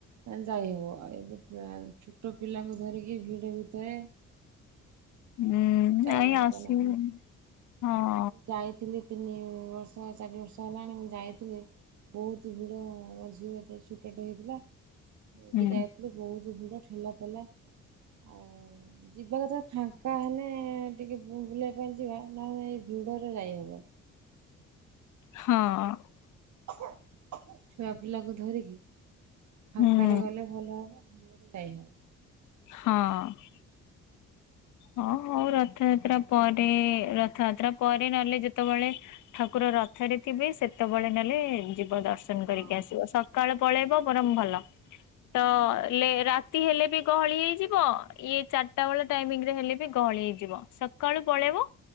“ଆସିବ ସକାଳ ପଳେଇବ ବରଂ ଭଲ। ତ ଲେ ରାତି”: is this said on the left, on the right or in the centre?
Left